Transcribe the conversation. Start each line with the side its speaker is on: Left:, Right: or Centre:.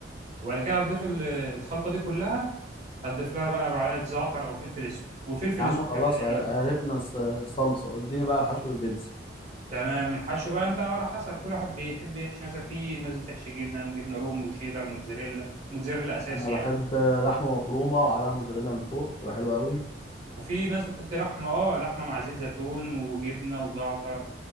Right: وبعد كده
Left: ماشي
Right: هتضيف ال- الخلطه دي كلها هتضيف لها بقى معلقه زعتر او فلفل اسود وفلفل
Left: يا عم
Right: اسود
Left: خلاص
Right: كمان
Left: عر-
Right: يعني
Left: عرفنا الص- الصلصة اديني بقى حشو البيتزا
Right: تمام الحشو بقى انت على حسب كل واحد بيحب يحشي مثلا في ناس بتحشي جبن جبنه رومي وشيدر موتزاريلا موتزاريلا اساسي
Left: انا بحب
Right: يعني
Left: لحمة مفرومة وعليها موزاريلا من فوق تبقى حلوة قوي
Right: وفي ناس بتحط لحمه اه لحمه مع زيت زيتون وجبنه وزعتر